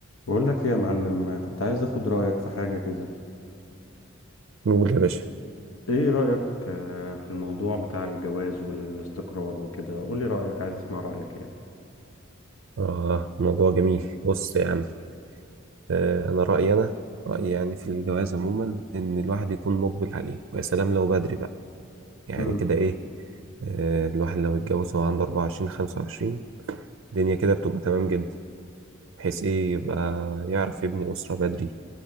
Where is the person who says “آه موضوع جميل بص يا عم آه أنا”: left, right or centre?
Right